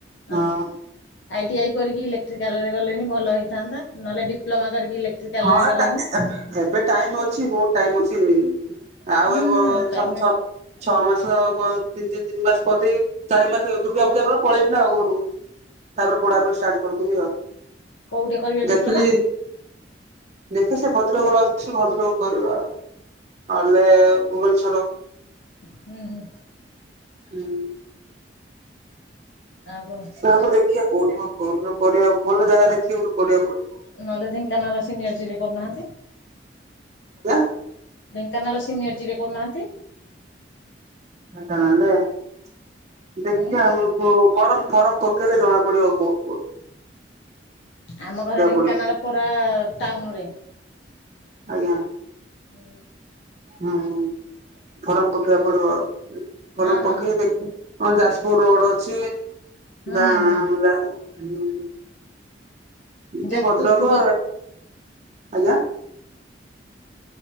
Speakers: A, on the right (about 40°); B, on the left (about 90°).
A: ହଁ।
B: ଅ ହ ଆଇଟି ଆଇ କରିକି ଇଲେକ୍ଟ୍ରିକାଲରେ ଗଲେଣି ଭଲ ହୋଇଥାନ୍ତା ନହେଲେ ଡିପ୍ଲୋମା କରିକି ଇଲେକ୍ଟ୍ରିକାଲରେ
A: ହଁ
B: ଗଲେଣି
A: ଟା ଏ ଏବେ ଟାଇମ ଅଛି ବହୁତ ଟାଇମ ଅଛି ଆଉ
B: ହୁଁ
A: ଏ ବ
B: ହୁଁ ଟାଇମ
A: ଛ ଛ ଛଅ ମାସ ଆଉ କ ଦି ତିନି ମାସ କଦେଇ ଚାରି ମାସ ଦୁର୍ଗା ପୂଜା ପରେ ପଳେଇବି ନା ଆଉ ଘରୁ ତାପରେ ପଡା ପୋଡି ଷ୍ଟାଣ୍ଡ କରୁଥିଲି ଆଉ
B: କୋଉଠି କରିବେ
A: ଦେଖିଲି
B: ଡିପ୍ଲୋମା?
A: ଦେଖେ ସେ ଭଦ୍ରକର ଅଛି ଭଦ୍ରକ କରିବା ନହେଲେ ଭୁବନେଶ୍ଵର
B: ହୁଁ ହୁଁ
A: ହୁଁ
B: ଆଉ କଣ
A: କୋଉଠୁ ଦେଖିବା କୋଉଠି କଣ କୋଉଠି କଣ କରିବା ଭଲ ଜାଗା ଦେଖିବା ଗୋଠୁ କରିବାକୁ ପଡିବ
B: ନହେଲେ ଢେଙ୍କାନାଳ ସିନିୟର ଜିରି କରୁନାହାନ୍ତି
A: କ <unintelligible>
B: ଢେଙ୍କାନାଲ ସିନିର ଜିରିରେ କହୁନାହାନ୍ତି
A: ଢେଙ୍କାନାଳ ରେ ଦେଖିବା
B: ହୁଁ
A: କୋ ହ କରମ ଫରମ ପକେଇଲେ ଜଣା ପଡିବ କୋଉ କୋଉ
B: ଆମ ଘର ଢେଙ୍କାନାଳ
A: ପଡିବ
B: ପୋରା ଟାଉନ ରେ
A: ଆଜ୍ଞା
B: ହୁଁ
A: ହୁଁ ଫରମ ପକେଇବା ପଡିବ ଫରମ
B: ହଁ ହଁ
A: ପକେଇ
B: ହଁ
A: ଦେଖ ହଁ ଯାଜପୁର ରୋଡ ଅଛିଁ
B: ହୁଁ
A: ଗାଁ
B: ହୁଁ
A: ହୁ ଏଠି
B: ଯାଜପୁର
A: ଭଦ୍ରକ
B: ଟୁ
A: ଆଜ୍ଞା